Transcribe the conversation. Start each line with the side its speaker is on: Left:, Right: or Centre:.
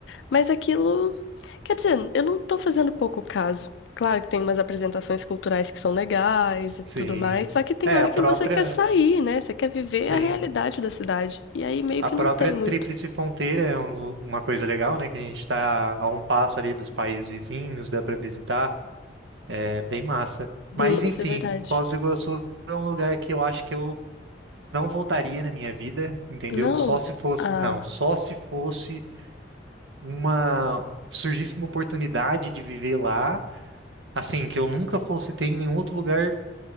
Left: mas aquilo. Quer dizer, eu não tô fazendo pouco caso. Claro que tem umas apresentações culturais que são legais e tudo
Right: sim.
Left: mais, só que tem
Right: É,
Left: hora
Right: a própria,
Left: que você quer sair, né? Você quer viver
Right: sim.
Left: a realidade da cidade. E aí meio
Right: A
Left: que
Right: própria
Left: não tem
Right: Tríplice
Left: muito.
Right: Fronteira é um lu- uma coisa legal, né? Que a gente está a um passo ali dos países vizinhos, dá para visitar. É bem massa. Mas
Left: Sim,
Right: enfim,
Left: isso é verdade.
Right: Foz do Iguaçu é um lugar que eu acho que eu não voltaria na minha vida, entendeu?
Left: Não.
Right: Só se fosse,
Left: Ah,
Right: não, só se fosse uma surgisse uma oportunidade de viver lá, assim, que eu nunca fosse ter em nenhum outro lugar